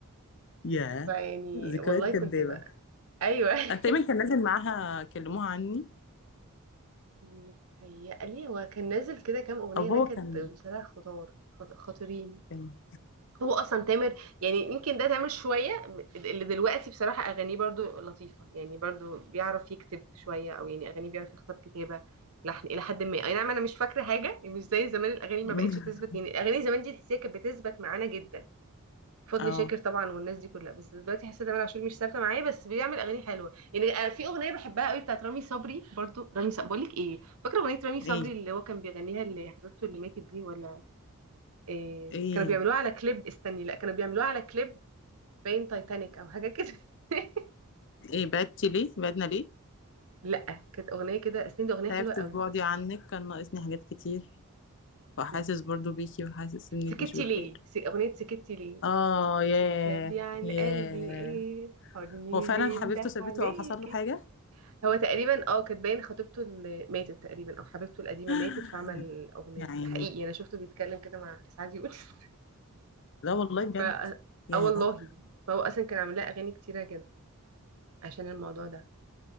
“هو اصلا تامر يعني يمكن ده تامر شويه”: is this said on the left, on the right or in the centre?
Right